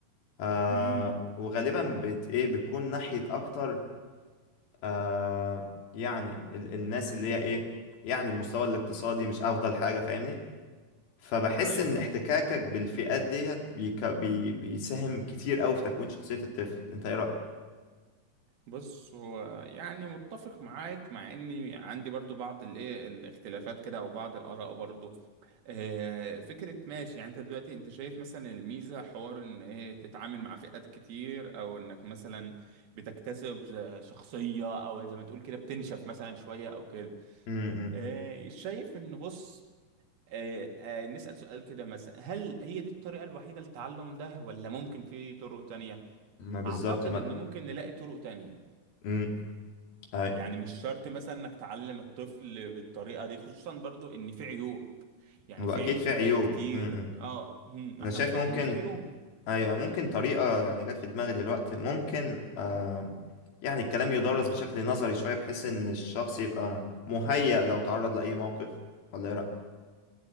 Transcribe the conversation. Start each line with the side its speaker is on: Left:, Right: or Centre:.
Left: آه
Right: امم
Left: وغالبا بت ايه بتكون ناحية اكتر آه يعني ال الناس اللي هي ايه يعني المستوى الاقتصادي مش افضل حاجة فاهمني فبحس
Right: ايوه
Left: ان احتكاكك
Right: ايوه
Left: بالفئات ديت بيك بي بيساهم كتير قوي في تكوين شخصية الطفل انت ايه رأيك
Right: بص هو يعني متفق معاك مع اني عندي برضو بعض الايه الاختلافات كده او بعض الاراء برضو آه فكرة ماشي يعني انت دلوقتي انت شايف مثلا الميزة حوار ان ايه تتعامل مع فئات كتير او انك مثلا بتكتسب ز- شخصية او زي ما تقول كده بتنشف مثلا شوية او كده
Left: امم
Right: آه شايف ان بص آه آه نسأل سؤال كده مثلا هل هي دي الطريقة الوحيدة للتعلم ده ولا ممكن في طرق تانية؟
Left: ما بالظبط
Right: اعتقد
Left: ما
Right: ان ممكن نلاقي طرق تانية
Left: امم اي
Right: يعني مش شرط مثلا انك تعلم الطفل بالطريقة دي خصوصا برضو ان في عيوب يعني
Left: هو
Right: في
Left: اكيد
Right: عيوب
Left: في
Right: بتهيألي
Left: عيوب
Right: كتير
Left: امم
Right: اه هم،
Left: انا
Right: احنا
Left: شايف
Right: متفقين
Left: ممكن
Right: ان في عيوب
Left: ايوه ممكن طريقة يعني جت في دماغي دلوقتي ممكن آم، يعني الكلام يدرس بشكل نظري شوية بحيث ان الشخص يبقى مهيأ لو تعرض لأي موقف ولا ايه رأيك؟